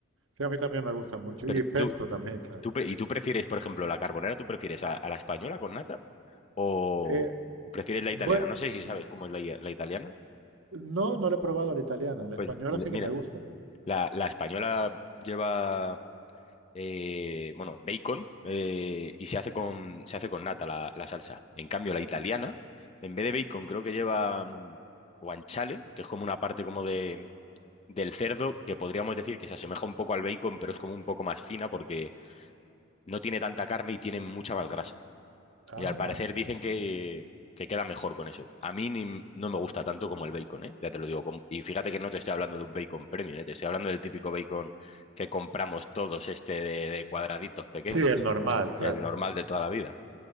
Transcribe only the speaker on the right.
Sí, a mí también me gusta mucho.
Y pesto
también, claro.
Eh,
bueno,
no, no lo he probado a la italiana. La
española
sí
que me gusta.
Ah.
Sí, el normal, claro.